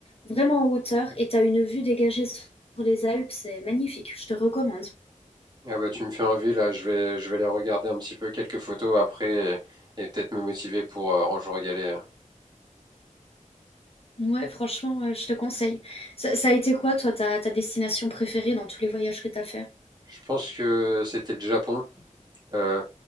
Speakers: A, on the left; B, on the right.
A: vraiment en hauteur, et tu as une vue dégagée sur les Alpes, c'est magnifique, je te recommande.
B: Ah bah, tu me fais envie, là, je vais, je vais aller regarder un petit peu quelques photos après et, et peut-être me motiver pour euh, un jour y aller. euh.
A: Ouais, franchement, euh, je te conseille. Ça, ça a été quoi, toi, ta, ta destination préférée dans tous les voyages que t'as as fait?
B: Je pense que c'était le Japon. euh,